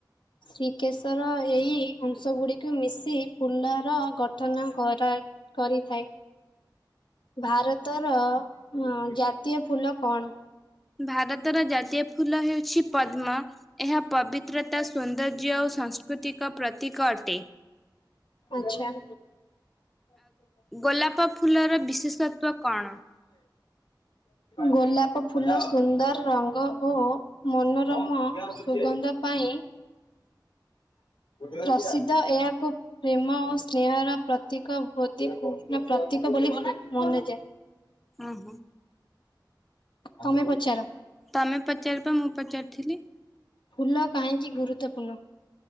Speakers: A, on the left (about 85°); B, in the centre.
A: ଶ୍ରୀକେଶର ଏହି ଅଂଶଗୁଡ଼ିକୁ ମିଶି ଫୁଲର ଗଠନ କରା କରିଥାଏ। ଭାରତର ଜାତୀୟ ଫୁଲ କଣ?
B: ଭାରତର ଜାତୀୟ ଫୁଲ ହେଉଛି ପଦ୍ମ। ଏହା ପବିତ୍ରତା ସୌନ୍ଦର୍ଯ୍ୟ ଓ ସାଂସ୍କୃତିକ ପ୍ରତୀକ ଅଟେ।
A: ଆଚ୍ଛା।
B: ଗୋଲାପ ଫୁଲର ବିଶେଷତ୍ଵ କଣ?
A: ଗୋଲାପ ଫୁଲ ସୁନ୍ଦର ରଙ୍ଗ ଓ ମନୋରମ ସୁଗନ୍ଧ ପାଇଁ ପ୍ରସିଦ୍ଧ। ଏହାକୁ ପ୍ରେମ ଓ ସ୍ନେହର ପ୍ରତୀକ ବୋଦି କୁ ନା ପ୍ରତୀକ ବୋଲି ମନାଯାଏ।
B: ଉଁ ହୁଁ।
A: ତମେ ପଚାର
B: ତମେ ପଚାରିବ ମୁଁ ପଚାରିଥିଲି।
A: ଫୁଲ କାହିଁକି ଗୁରୁତ୍ୱପୂର୍ଣ୍ଣ?